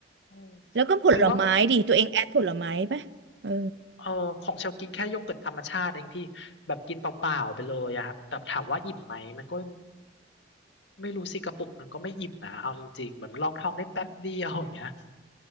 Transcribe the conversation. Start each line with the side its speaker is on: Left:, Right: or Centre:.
Left: อืม
Right: แล้วก็ผลไม้ดิตัวเองแอดผลไม้ปะเออ
Left: หรือว่า เออของเชลกินแค่โยเกิร์ตธรรมชาติเองพี่แบบกินเปล่าๆไปเลยอะฮะแต่ถามว่าอิ่มไหมมันก็ไม่รู้สิกระปุกนึงก็ไม่อิ่มนะเอาจริงๆเหมือนลองท้องได้แป๊บเดียวอย่างเงี้ย